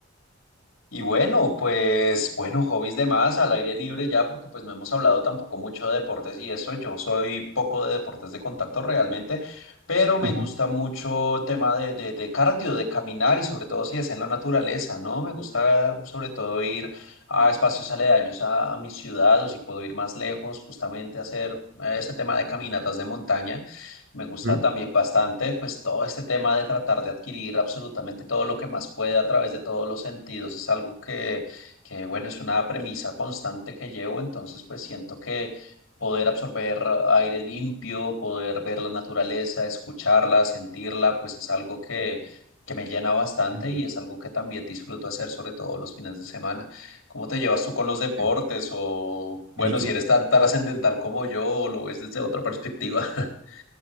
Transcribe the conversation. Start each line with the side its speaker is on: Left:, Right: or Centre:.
Left: Y bueno, pues bueno, hobbies de más al aire libre ya, porque pues no hemos hablado tampoco mucho de deportes y eso. Yo soy poco de deportes de contacto realmente, pero me
Right: Ujú.
Left: gusta mucho el tema de, de, de cardio, de caminar y sobre todo si es en la naturaleza, ¿no? Me gusta sobre todo ir a espacios aledaños a, a mi ciudad o si puedo ir más lejos, justamente a hacer eh, este tema de caminatas de montaña. Me gusta
Right: Ujú.
Left: también bastante, pues todo este tema de tratar de adquirir absolutamente todo lo que más pueda a través de todos los sentidos es algo que, que bueno, es una premisa constante que llevo, entonces pues siento que poder absorber aire limpio, poder ver la naturaleza, escucharla, sentirla, pues es algo que, que me llena bastante
Right: Entonces,
Left: y es algo que también disfruto hacer, sobre todo los fines de semana. ¿Cómo te llevas tú con los deportes?
Right: sí.
Left: O bueno,
Right: Mira, yo,
Left: si eres tan trascendental como yo, lo ves desde otra perspectiva. <laughs>